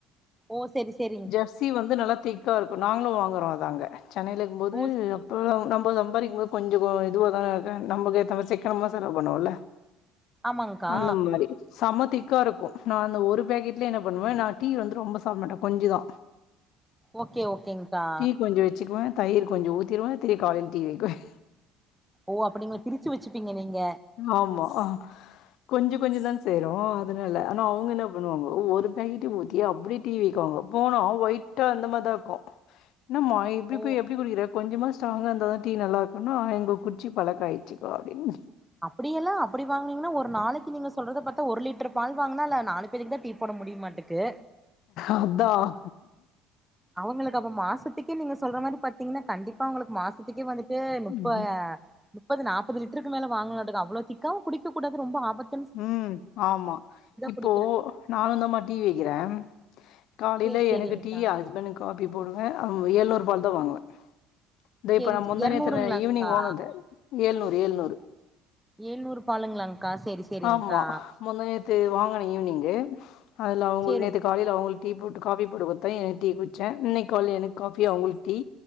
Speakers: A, in the centre; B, on the left.
A: ஓ சேரி சேரி
B: ஜெர்சி வந்து நல்லா திக்கா இருக்கு நாங்களு வாங்குறோ அத அங்க சென்னையில இருக்கு போது
A: ஓ
B: இப்போ நம்ம சம்பாரிக்கு போது கொஞ்ச இதுவாக தானே இருக்கே நம்மக்கு ஏத்த மாறி சிக்கனமா செலவு பண்ணுவும்ல
A: ஆமாங்க்கா
B: அந்த மாறி செம திக்கா இருக்கும் நா அந்த ஒரு பாக்கெட்லயே என்ன பண்ணுவே நா டீ வந்து ரொம்ப சாப்பட மாட்டே கொஞ்சுதா
A: ஓகே ஓகேங்க்கா
B: டீ கொஞ்சம் வச்சிக்குவே தயிர் கொஞ்சம் ஊத்திடுவே திரி காலையில டீ வக்கிவன்
A: ஓ அப்டிங்களா பிரிச்சி வச்சிப்பீங்க நீங்க
B: ஆமா ஆ கொஞ்சம் கொஞ்சம் தான் சேரும் அதனால ஆனா அவுங்க என்ன பண்ணுவாங்கோ ஒரு பேக்கெட்டு ஊத்தி அப்டே டீ ட்டுவாங்கோ போனா ஒய்ட்டா அந்த மாரி தா இருக்கும் இன்னாமா இப்டி
A: ஓ
B: போயி எப்டி குடிக்கிற கொஞ்சமா ஸ்ட்டாங்க இருந்தா தா டீ நல்லா இருக்குன்னு இங்க குடிச்சி பழக்க ஆயிச்சிக்கா அப்டின்
A: அப்டியலாம் அப்டி வாங்கனீங்கன்னா ஒரு நாளைக்கு நீங்க சொல்றத பாத்தா ஒரு லிட்டர் பால் வாங்கனா அல்ல நாலு பேருக்கு தான் டீ போட முடியமாட்டேக்கு
B: அதான்
A: அவங்களுக்கு அப்ப மாசத்துக்கே நீங்க சொல்ற மாரி பாத்தீங்கன்னா கண்டிப் பா உங்களுக்கு மாசத்துக்கே வந்துட்டு முப்ப
B: ம்
A: முப்பது நாப்பது லிட்டருக்கு மேல வாங்கும்னும்டக்கு அவ்ளோ திக்காவு குடிக்க கூடாது ரொம்ப ஆபத்
B: ம் ஆமா இப்போ
A: குடிக்கிறே
B: நானுந்தாமா டீ வைக்கிறன் காலையில
A: சேரி சேரிங்க்கா
B: எனக்கு டீ ஹஸ்பண்டக்கு காப்பி போடுவன் ம் ஏழுநூறுபால் தா வாங்குவேன் தே
A: சேரி
B: இப்ப நா முந்தாநேத்து
A: எரநூறுங்களாங்க்கா
B: ஈவினிங் வாங்கனது ஏழுநூறு ஏழுநூறு
A: எழுநூறு பாலுங்களாக்கா சேரி சேரிங்க்கா
B: ஆமா முந்தாநேத்து வாங்கன ஈவினிங்கு அதுல அவுங்க
A: சேரி
B: நேத்து காலையில அவுங்களுக்கு டீ போட்டு காஃபி போட்டு குத்தன் எனக்கு டீ குடிச்சன் இன்னைக்கு கால்ல எனக்கு காஃபி அவுங்களுக்கு டீ